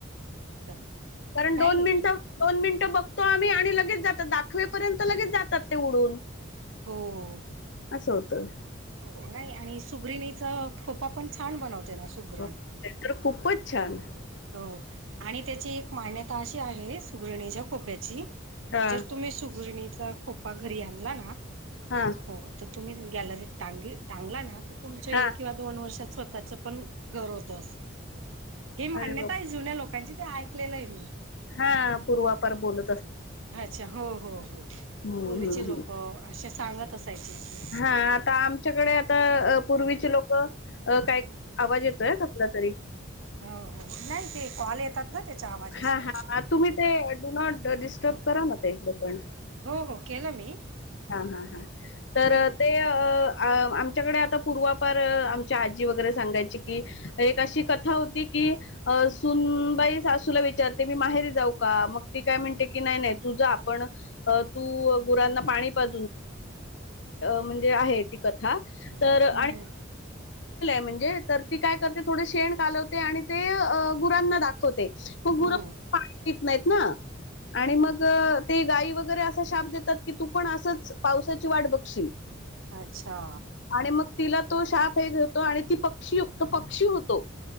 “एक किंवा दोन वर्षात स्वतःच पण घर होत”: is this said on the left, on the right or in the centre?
Right